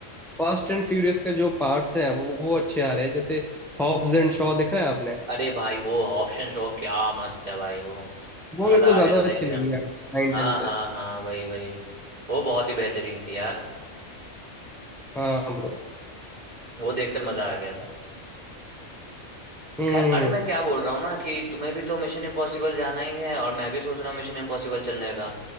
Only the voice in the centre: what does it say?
फास्ट एंड फ्यूरियस के जो पार्ट्स हैं वो वो अच्छे आ रहे हैं जैसे हॉब्स एंड शॉ देखा है आपने
वो
मेरे को ज्यादा
अच्छी लगी
यार
नाइन टेन
से
हाँ ब्रो
हम्म